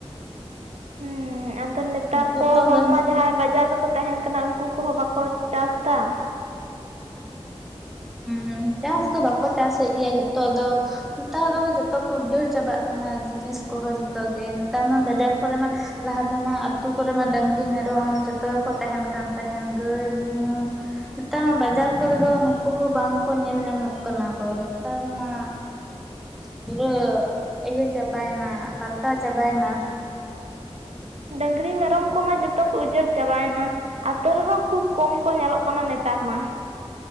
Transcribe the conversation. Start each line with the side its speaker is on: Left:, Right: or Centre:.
Right: ᱦᱩᱸ ᱟᱫᱚ ᱱᱮᱛᱟᱨ
Centre: ᱡᱚᱛᱚ
Right: ᱠᱚ ᱦᱚᱲ
Centre: ᱜᱮ
Right: ᱢᱟ ᱡᱟᱦᱟᱸᱭ ᱵᱟᱡᱟᱨ, ᱠᱚ ᱛᱟᱦᱮᱱ ᱠᱟᱱᱟ ᱩᱱᱠᱩ ᱠᱚᱦᱚᱸ ᱵᱟᱠᱚ ᱪᱟᱥ ᱫᱟ᱾ <inaudible>
Centre: ᱦᱩᱸ ᱪᱟᱥ ᱫᱚ ᱵᱟᱠᱚ ᱪᱟᱥᱮᱫ ᱜᱮᱭᱟ ᱡᱷᱚᱛᱚ ᱫᱚ ᱱᱮᱛᱟᱨ ᱫᱚ ᱡᱚᱛᱚ ᱠᱚ ᱩᱡᱟᱹᱲ ᱪᱟᱵᱟᱜ ᱠᱟᱱᱟ ᱡᱤᱱᱤᱥ ᱠᱚᱦᱚᱸ ᱡᱚᱛᱚᱜ ᱜᱮ ᱱᱮᱛᱟᱨ ᱢᱟ ᱵᱟᱡᱟᱨ ᱠᱚᱨᱮ ᱢᱟ, ᱞᱟᱦᱟ ᱛᱮᱢᱟ ᱟᱹᱛᱩ ᱠᱚᱨᱮ ᱢᱟ ᱰᱟᱹᱝᱨᱤ ᱢᱮᱨᱚᱢ ᱡᱚᱛᱚ ᱜᱮᱠᱚ ᱛᱟᱦᱮᱱ ᱠᱟᱱ ᱛᱟᱦᱮᱱ ᱜᱟᱹᱭ ᱢᱤᱦᱩ, ᱱᱮᱛᱟᱨ ᱢᱟ ᱵᱟᱡᱟᱨ ᱠᱚᱨᱮ ᱫᱚ ᱱᱩᱠᱩ ᱦᱚᱸ ᱵᱟᱝᱠᱚ ᱧᱮᱞ ᱧᱟᱢᱚᱜ ᱠᱟᱱᱟ ᱠᱚ ᱱᱮᱛᱟᱨ ᱢᱟ, ᱯᱩᱨᱟᱹ ᱤᱭᱟᱹ ᱪᱟᱵᱟᱭᱮᱱᱟ ᱯᱟᱞᱴᱟᱣ ᱪᱟᱵᱟᱭᱮᱱᱟ᱾
Right: ᱰᱟᱹᱝᱨᱤ ᱢᱮᱨᱚᱢ ᱠᱚᱢᱟ ᱡᱚᱛᱚ ᱠᱚ ᱩᱡᱟᱹᱲ ᱪᱟᱵᱟᱭᱮᱱᱟ, ᱟᱹᱛᱳ ᱨᱮᱦᱚᱸ ᱠᱷᱩᱵ ᱠᱚᱢ ᱠᱚ ᱧᱮᱞᱚᱜ ᱠᱟᱱᱟ ᱱᱮᱛᱟᱨ ᱢᱟ᱾